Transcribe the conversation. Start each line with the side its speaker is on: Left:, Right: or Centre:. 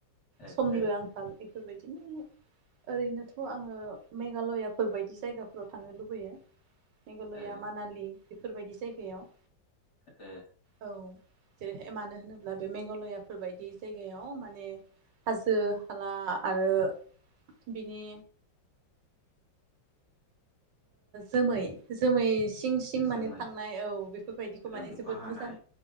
Left: ओ
Right: समनिबो
Left: ओ
Right: आंखाल बेफोरबायदिनो ओरैनोथ' आङो मेघालयाफोरबायदि जायगाफ्राव थांनो लुबैयो मेघालया
Left: ओ
Right: मानालि बेफोरबायदि जायगायाव
Left: ए
Right: औ जेरैहाय मानो होनोब्ला बे मेघालयाफोरबायायदि जायगायाव माने हाजो हाला आरो बिनि जोमै जोमै सिं सिं
Left: जोमै
Right: माने थांनाय औ बेफोरबायदिखौ
Left: ओं
Right: माने
Left: अखा
Right: जोबोद
Left: हानाय
Right: मोजां